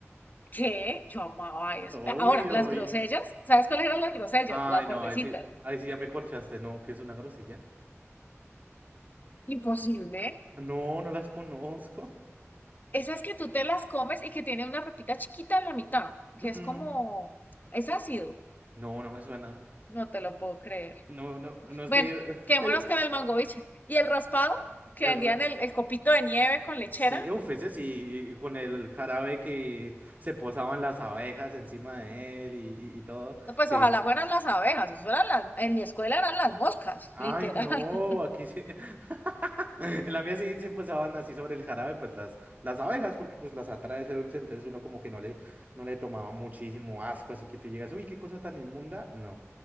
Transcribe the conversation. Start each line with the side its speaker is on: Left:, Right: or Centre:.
Left: ¿Qué? Yo amaba eso.
Right: Obvio.
Left: Ahora, las grosellas,
Right: y-
Left: ¿sabes cuáles eran las grosellas?
Right: Ay,
Left: Las
Right: no,
Left: verdecitas.
Right: ahí sí, ahí sí ya me corchaste, no, que es una grosella.
Left: Imposible.
Right: No, no las conozco.
Left: Esas que tú te las comes y que tienen una pepita chiquita en la mitad, que
Right: Mm,
Left: es como, es ácido.
Right: No, no me suena.
Left: No te lo puedo creer.
Right: No, no, no
Left: Bueno,
Right: sé.
Left: quedémonos
Right: <laughs>
Left: con el mangoviche. Y el raspado, que
Right: El
Left: vendían
Right: ra-
Left: el, el copito de nieve con lechera.
Right: sí, uf, ese sí, con el jarabe que se posaban las abejas encima de él y, y- y todo.
Left: No, pues
Right: Sí,
Left: ojalá fueran las abejas, eso eran las, en mi escuela eran las moscas,
Right: Ay,
Left: literal.
Right: no,
Left: <laughs>
Right: aquí sí. <laughs> En la mía sí, sí pasaban así sobre el jarabe, pues las, las abejas, porque pues las atrae ese dulce, entonces uno como que no le, no le tomaba muchísimo asco, así que te llegas, uy, qué cosa tan inmunda, no.